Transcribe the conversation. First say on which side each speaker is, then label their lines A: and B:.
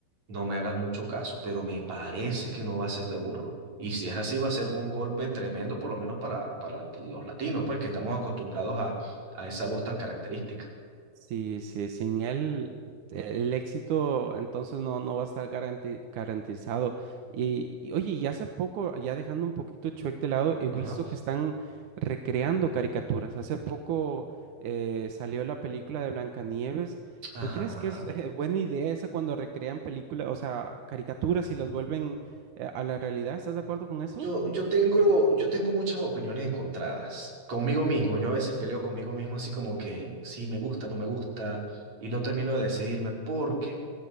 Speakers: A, on the right; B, on the right.
A: No me hagas mucho caso, pero me parece que no va a ser de burro. Y si es así, va a ser un golpe tremendo, por lo menos para, para los latinos, pues que estamos acostumbrados a, a esa voz tan característica.
B: Sí, sí, sin él eh, el éxito entonces no, no va a estar garanti- garantizado. Y, y, oye, y hace poco, ya dejando un poquito Shrek de lado, he visto
A: Ajá.
B: que están recreando caricaturas. Hace poco eh, salió la película de Blancanieves.
A: Ajá,
B: ¿Tú crees
A: ajá.
B: que es eh, buena idea esa cuando recrean películas, o sea, caricaturas y las vuelven eh, a la realidad? ¿Estás de acuerdo con eso?
A: Yo, yo tengo, yo tengo muchas opiniones encontradas conmigo mismo. Yo a veces peleo conmigo mismo así como que sí, me gusta, no me gusta, y no termino de decidirme porque